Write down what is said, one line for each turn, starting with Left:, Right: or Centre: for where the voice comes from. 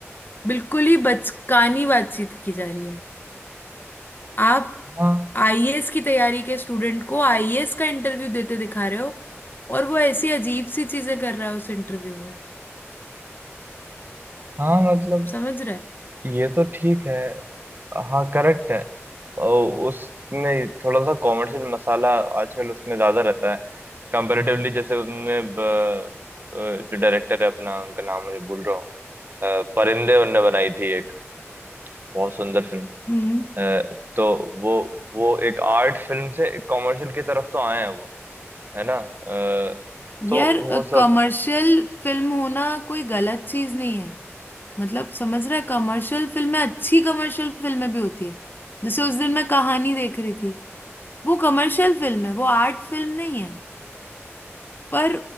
Left: बिल्कुल ही बचकानी बातचीत की जा रही है आप
Right: हाँ
Left: आईएएस की तैयारी के स्टूडेंट को आईएएस का इंटरव्यू देते दिखा रहे हो और वो ऐसी अजीब सी चीजें कर रहा है उस इंटरव्यू में
Right: हाँ मतलब
Left: समझ
Right: ये तो ठीक है हाँ करेक्ट है और उसने थोड़ा सा कॉमर्शियल मसाला आजकल उसमें ज्यादा रहता है कंपैरेटिवली जैसे उसने ब, अ, जो डायरेक्टर है अपना उनका नाम मुझे भूल रहा हूँ अ, परिंदे उनने बनाई थी एक बहुत सुंदर फिल्म
Left: रहे
Right: अ, तो वो वो एक आर्ट फिल्म से कॉमर्शियल की तरफ तो आए हैं वो है ना अ, तो
Left: यार
Right: वो सब
Left: कमर्शियल फिल्म होना कोई गलत चीज नहीं है मतलब समझ रहा है कमर्शियल फिल्में अच्छी कमर्शियल फिल्में भी होती है जैसे उस दिन मैं कहानी देख रही थी वो कमर्शियल फिल्म है वो आर्ट फिल्म नहीं है पर